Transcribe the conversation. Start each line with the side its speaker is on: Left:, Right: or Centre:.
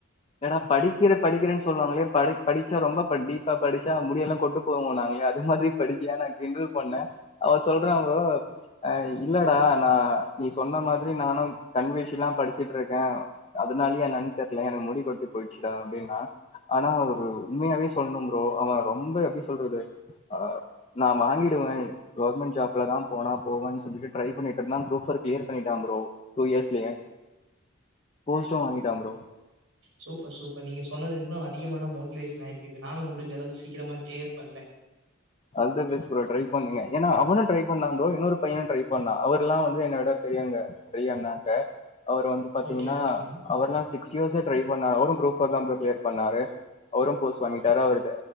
Left: இல்லடா படிக்கிற படிக்கிறேன்னு சொல்லுவாங்களே ப படிச்சா ரொம்ப டீப்பா படிச்சா முடியெல்லா கொட்டு போவோ நாங்களே அது மாதிரி படிச்சியா நா கிண்டல் பண்ணே அவ சொல்றா ப்ரோ அ இல்லடா ஆ நீ சொன்ன மாதிரி நானு கண்வீழ்ச்சிலா படிச்சிட்டு இருக்கே அதனாலயோ என்னன் தெர்ல எனக்கு மு முடிகொட்டி போய்ச்சுடா அப்டின்னா ஆனா அவ உண்மையாவே சொல்லணும் ப்ரோ அவ ரொம்ப எப்படி சொல்றது ஆ நா வாங்கிடுவே கவர்மெண்ட் ஜாப்ல தா போனா போவேனு சொல்லிகிடு ட்ரெய் பண்ணிட்டு நல்லா குருப்போர் கிளியர் பண்ணிட்டா ப்ரோ டூ இயர்ஸ்லயே போஸ்டு வாங்கிட்டா ப்ரோ
Right: சூப்பர் சூப்பர் நீங்க சொன்னது இன்னு அதிகமான மோட்டிவேஷன் ஆயிட்டுச்சிங்க நானு முடிஞ்ச அளவு சீக்கிரமா கிளியர் பண்றே
Left: all the best bro try பண்ணுங்க ஏன்னா அவனும் ட்ரை பண்ணா ப்ரோ இன்னொரு பைய ட்ரை பண்ணா அவர் எல்லா வந்து என்னோட பெரியவங்க பெரியண்ணாக்க அவரு வந்து பாத்தீங்கன்னா
Right: ஓகே, ஓகே.
Left: அவர்ல்லா சிக்ஸ் இயர்ஸா ட்ரை பண்ணாரு அவரு குரூப்போர் தா ப்ரோ கிளியர் பண்ணாரு அவரு போஸ்ட் வாங்கிட்டாரு அவர்